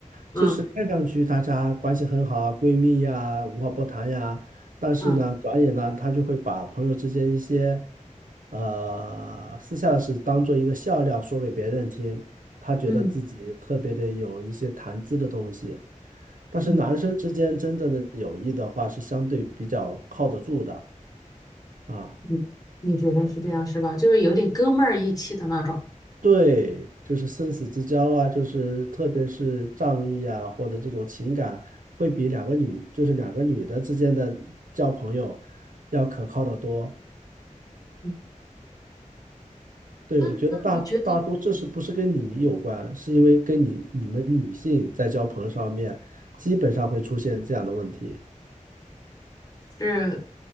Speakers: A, on the left; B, on the right.
A: 嗯
B: 就是看上去大家关系很好啊，闺蜜呀，无话不谈呀，但是呢，
A: 嗯
B: 转眼呢，他就会把朋友之间一些呃私下的事当做一个笑料说给别人听，他觉得自己特别的有一些谈资的东西。
A: 嗯
B: 但是男生之间真正的友谊的话，
A: 嗯
B: 是相对比较靠得住的啊。
A: 嗯，你觉得是这样是吧？就是有点哥们儿义气的那种。
B: 对，就是生死之交啊，就是特别是仗义啊，或者这种情感，会比两个女，就是两个女的之间的交朋友要可靠的多。
A: 嗯，
B: 对，
A: 那那你觉得？
B: 我觉得大大多这是不是跟你有关，是因为跟你你们女性在交朋友上面，基本上会出现这样的问题。
A: 是